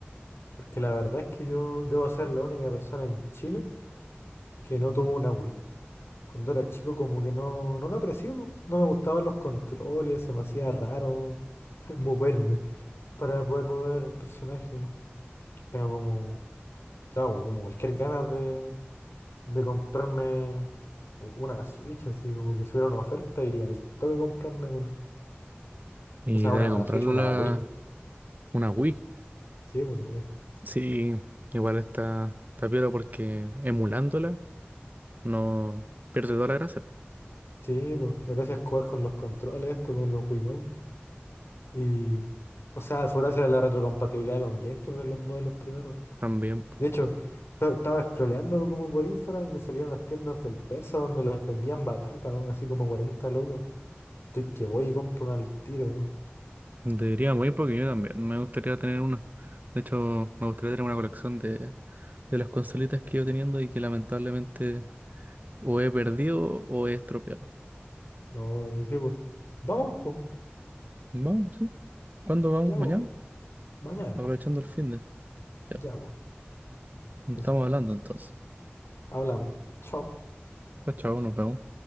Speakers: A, on the left; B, on the right.
A: porque la verdad es que yo debo ser la única persona en Chile que no tuvo una Wii. Cuando era chico como que no, no lo aprecié, po. no me gustaban los controles, se me hacía raro <laughs> moverme para poder mover el personaje. po. Tengo como, claro, como cualquier ganas de, de comprarme u- una Switch, así como que si hubiera una oferta iría al toque a comprarme una.
B: Y
A: O sea,
B: de
A: una, una
B: comprar
A: Switch,
B: la-
A: una Wii.
B: una Wii.
A: Sí, po, una Wii.
B: Sí, igual está, está piola porque emulándola no pierde toda la gracia.
A: Sí, pues, la gracia es jugar con los controles, esto con los Wiimote. Y, o sea, su gracia es la retrocompatibilidad con GameCube en los modelos primeros.
B: También po.
A: De hecho, to- estaba scrolleando como por Instagram y me salían las tiendas del Persa donde las vendían baratas, weón, así como 40 lucas. Estoy que voy y compro una al tiro. weón.
B: deberíamos ir porque yo también me gustaría tener una. De hecho, me gustaría tener una colección de, de las consolitas que he ido teniendo y que lamentablemente o he perdido o he estropeado.
A: No, yo sí, pues. Vamos, pues.
B: Vamos, sí. ¿Cuándo vamos?
A: Ya,
B: ¿Mañana?
A: pues. Mañana,
B: Aprovechando
A: pues.
B: el fin de. Ya,
A: Ya, pues.
B: estamos
A: Eso.
B: hablando entonces.
A: Hablamos. Chao.
B: Chao, chao, nos vemos.